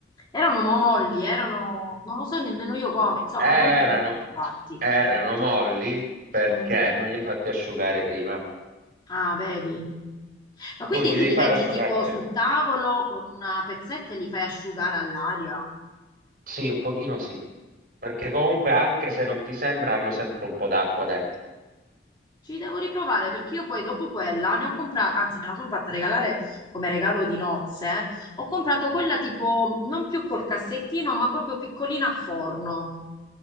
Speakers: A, on the left (about 25°); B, on the right (about 55°).
A: erano molli, erano, non lo so nemmeno io come, insomma,
B: Erano,
A: non li ho più rifatti.
B: erano molli perché
A: Mm.
B: non li hai fatti asciugare prima.
A: Ah, vedi? Ma quindi
B: Tu li
A: tu
B: devi
A: li
B: fare
A: metti
B: asciugare
A: tipo
B: prima.
A: sul tavolo con una pezzetta e li fai asciugare all'aria?
B: Sì, un pochino sì. Perché comunque, anche se non ti sembra, hanno sempre un po' d'acqua dentro.
A: Ci devo riprovare perché io poi dopo quella ne ho comprata, anzi me la sono fatta regalare come regalo di nozze. eh. Ho comprato quella tipo non più col cassettino, ma proprio piccolina a forno.